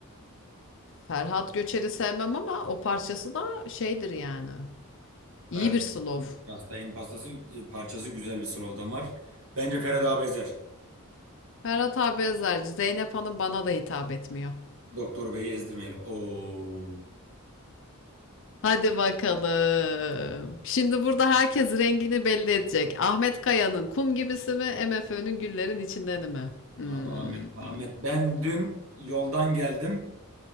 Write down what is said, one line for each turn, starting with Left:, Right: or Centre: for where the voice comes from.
Left: Ferhat Göçer'i sevmem ama o parçası da şeydir yani. İyi
Right: Ferhat
Left: bir slow.
Right: Yastayın pastası e, parçası güzel bir slogan var. Bence Ferhat abi ezer.
Left: Ferhat abi özerci. Zeynep Hanım bana da hitap etmiyor.
Right: Doktor Bey'i ezdirmeyelim. Oo.
Left: Hadi bakalım. Şimdi burada herkes rengini belli edecek. Ahmet Kaya'nın kum gibisi mi, MFÖ'nün güllerin içinden mi? Hmm.
Right: Abi Ahmet, Ahmet ben dün yoldan geldim.